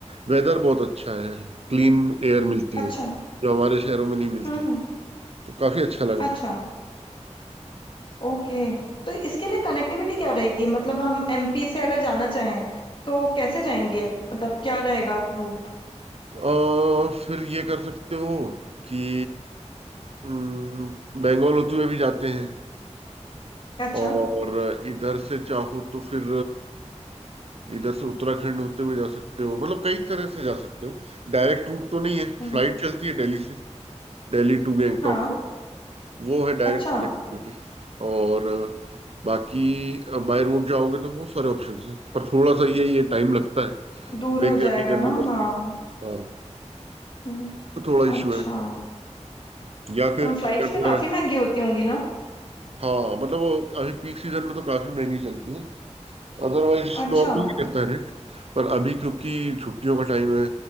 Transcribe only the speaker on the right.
वेदर बहुत अच्छा है क्लीन एयर मिलती
है जो हमारे शहरों में नहीं मिलती
तो काफी अच्छा लगा
और फिर ये कर सकते हो कि हम्म, बंगाल होते हुए भी जाते हैं
और इधर से चाहो तो फिर अ, इधर से उत्तराखंड होते हुए जा सकते हो मतलब कई तरह से जा सकते हो डायरेक्ट रूट तो नहीं है
फ्लाइट चलती है दिल्ली से दिल्ली टू गैंगटॉक
वो है डायरेक्ट
कनेक्टिविटी और अ, बाकी बाय रोड जाओगे तो बहुत सारे ऑप्शंस हैं पर थोड़ा सा ये ये टाइम लगता है
ब्रेक
जर्नी
करनी
पड़ती
है हाँ
तो थोड़ा इशू
है या फिर
अगर
अ,
हाँ मतलब वो अभी पीक सीजन में तो काफी महंगी चलती है अदरवाइज
नॉर्मल ही रहता है रेट पर अभी क्योंकि छुट्टियों का टाइम है